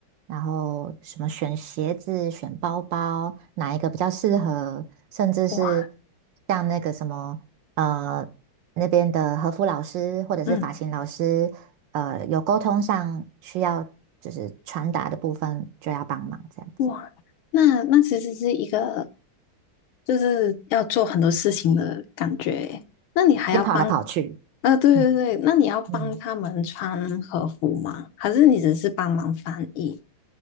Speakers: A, on the right; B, on the left.
A: 然后什么选鞋子、选包包，哪一个比较适合，甚至是
B: 哇，
A: 像那个什么，呃，那边的和服老师或者是发型老师。
B: 嗯，
A: 呃有沟通上需要就是传达的部分就要帮忙这样子，
B: 哇，那那其实是一个就是要做很多事情的感觉耶那你还要帮，
A: 要跑来跑去，
B: 啊？对对对，
A: 嗯
B: 那你要帮他们穿和服吗？
A: 嗯。
B: 还是你只是帮忙翻译？